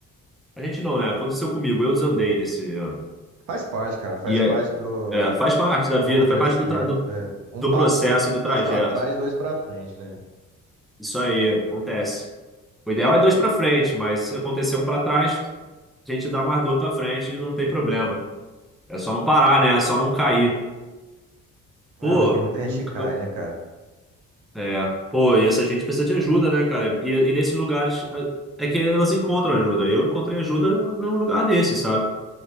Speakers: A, in the centre; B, on the right.
A: A gente não, né? Aconteceu comigo, eu desandei nesse ano.
B: Faz parte, cara. Faz
A: E
B: parte
A: é,
B: do,
A: é, faz parte da vida,
B: do amadurecimento.
A: faz parte do, tra- do,
B: É. Um
A: do
B: passo,
A: processo
B: um
A: e do
B: passo
A: trajeto.
B: para trás, dois para frente, né?
A: Isso aí, acontece. O ideal é dois pra frente, mas se acontecer um pra trás, a gente dá mais dor pra frente e não tem problema. É só não parar, né? É só não cair.
B: Ah,
A: Pô,
B: mas tem muita gente
A: um
B: que
A: c-
B: cai, né, cara?
A: é, pô, e essa gente precisa de ajuda, né, cara? E, e nesses lugares a- é que elas encontram ajuda. Eu encontrei ajuda num lugar desse, sabe?